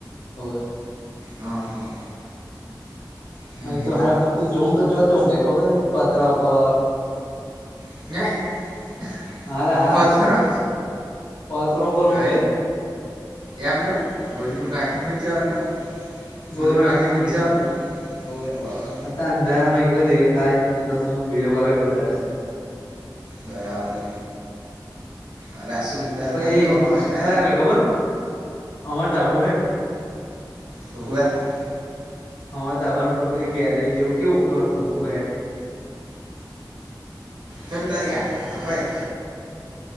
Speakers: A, on the left; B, on the right.
A: હવે.
B: હા, હા. હમ
A: અહીં તો
B: હમ
A: હારા તું જોઉ <unintelligible> પતરા ઉપર.
B: <inaudible>
A: હારે હા,
B: પથરો
A: પત્રો પર
B: હવે
A: હુંઘે.
B: એમનેમ? ગોદરૂ નાખીન હુઈ જાવાનું એમ?
A: ગોદરુ
B: ગોદરું
A: નાખીન
B: નાખીને
A: ઊંઘી
B: હુઈ જવાનું
A: જાય,
B: ઓ બાબા
A: <unintelligible> તા અંદર અમે એક તો દેખાય નહીં તો હું વિડીયો કોલ કરી બતાડત.
B: બરાબર. એટલે આ સુંદર
A: પહી
B: ના કહેવામાંયને.
A: કયા આગળ ખબર અમાર ધાબુ હેન
B: <inaudible>
A: હમાર ધાબા ઉપર પેલી ગેલેરી જેવું કેવું ઉપર <unintelligible> હે
B: સુંદર્ય હોય.